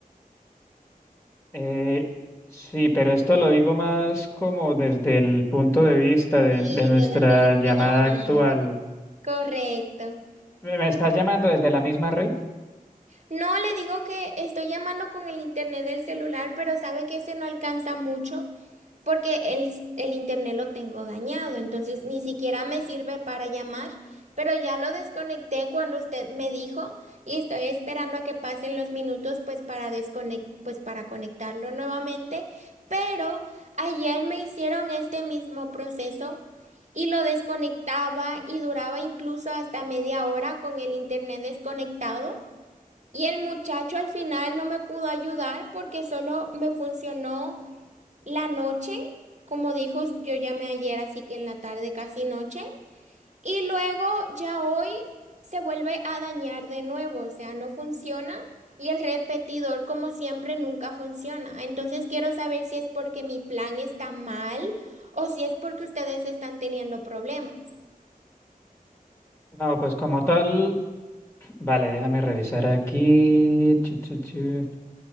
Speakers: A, on the left; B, on the right.
A: Eh, sí, pero esto lo digo más como desde el punto de vista de,
B: Sí,
A: de nuestra
B: ¿de dónde le
A: llamada
B: estoy llamando?
A: actual.
B: Correcto.
A: ¿Me me estás llamando desde la misma red?
B: No le digo que estoy llamando con el internet del celular, pero sabe que ese no alcanza mucho porque el, el internet lo tengo dañado, entonces ni siquiera me sirve para llamar, pero ya lo desconecté cuando usted me dijo y estoy esperando a que pasen los minutos pues para desconec- pues para conectarlo nuevamente, pero ayer me hicieron este mismo proceso y lo desconectaba y duraba incluso hasta media hora con el internet desconectado. Y el muchacho al final no me pudo ayudar porque solo me funcionó la noche, como dijo, yo llamé ayer, así que en la tarde casi noche. Y luego ya hoy se vuelve a dañar de nuevo, o sea, no funciona. Y el repetidor, como siempre, nunca funciona. Entonces quiero saber si es porque mi plan está mal o si es porque ustedes están teniendo problemas.
A: No, pues como tal, vale, déjame revisar aquí. chu, chu, chu.